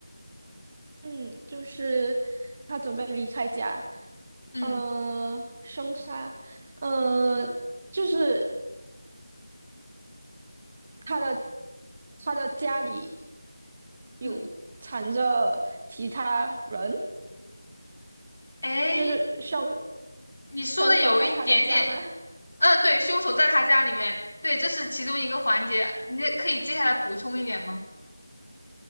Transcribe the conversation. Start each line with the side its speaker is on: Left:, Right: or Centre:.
Right: 嗯，就是他准备离开家，
Left: 嗯，
Right: 呃，凶杀，呃，就是他的他的家里有藏着其他人，
Left: 嗯，哎，
Right: 就是凶
Left: 你说的有一点点，
Right: 凶手在他的家吗？<laughs>
Left: 嗯，对，凶手在他家里面，对，这是其中一个环节，你也可以接下来补充一点吗？